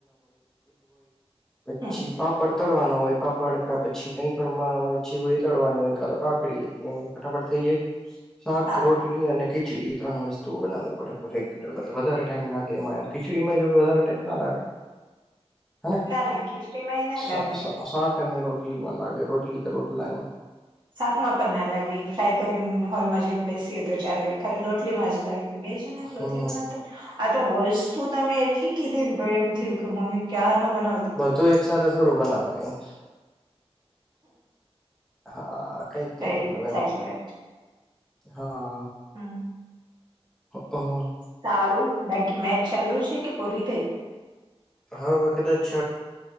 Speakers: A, in the centre; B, on the right.
A: પછી
B: હમ,
A: પાપડ તળવાનો હોય પાપડ કા પછી કઈ પણ તળવાની હોય, કા તો કાકડી એમાં ફટાફટ થઈ જાય. શાક
B: હા
A: રોટલી અને ખીચડી ત્રણ વસ્તુ બનાવે બરાબર રેગ્યુલર વધારે ટાઈમ લાગે એમાં ખીચડીમાં જો કે વધારે ટાઈમ ના લાગે. હેને
B: ના ના ખીચડીમાં એ ના
A: શા
B: લાગે
A: શા શાક અને રોટલીમાં નાાગે રોટલી કે રોટલા એમ
B: શાક માં પણ ના લાગે એ ફ્રાય કરીને હોલમાં જઈને બેસીએ તો ચાલે ખાલી રોટલીમાં જ લાગે તો બેજ
A: હમ
B: રોટલી બનાવતા આ તો વસ્તુ તમે એટલી કીધી ને તો એમ થયું કે મમ્મી ક્યાર નો બના
A: બધું એક સાથે થોડું બનાવે કઈ હા કઈક કઈક
B: રાઈટ
A: મતલબ એમ
B: સાચી વાત
A: હા
B: હમ
A: હો.
B: સારું બાકી મેચ ચાલુ છે કે પૂરી થઈ
A: હા મે કદાચ